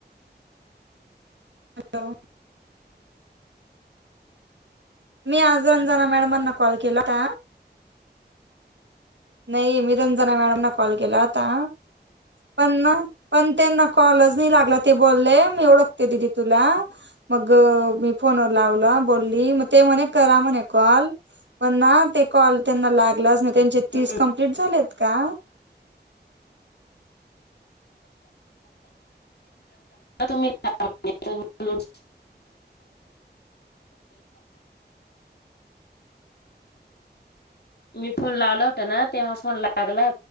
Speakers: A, on the right; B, on the left.
A: हॅलो मी आज रंजना मॅडमांना कॉल केला होता नाही मी रंजना मॅडम न कॉल केला आता पण पण त्यांना कॉल नाही लाग ते बोलले मी ओळखते दिदी तुला मग मी फोनवर लावला बोलली म ते म्ह करा म्हणे कॉल पण ते कॉल त्यांना लागलाच तस
B: हम्म.
A: कंप्लीट झालेत का
B: तुम्ही ण <unintelligible> मी फोन लावला होता ना तेव्हा फोन लागला